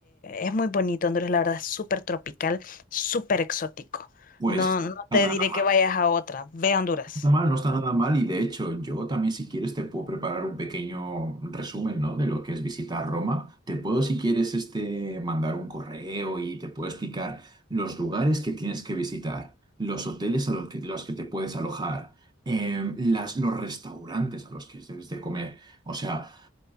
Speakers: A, on the left (about 45°); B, on the right (about 20°).
A: eh, es muy bonito, Honduras, la verdad, es súper tropical, súper exótico.
B: pues
A: No, no te
B: no está
A: diré
B: nada
A: que vayas a otra. Ve a Honduras.
B: mal, no está nada mal. Y de hecho, yo también, si quieres, te puedo preparar un pequeño resumen, ¿no? De lo que es visitar Roma. Te puedo, si quieres, este, mandar un correo y te puedo explicar los lugares que tienes que visitar, los hoteles a los que, los que te puedes alojar, eh, las, los restaurantes a los que debes de comer. O sea.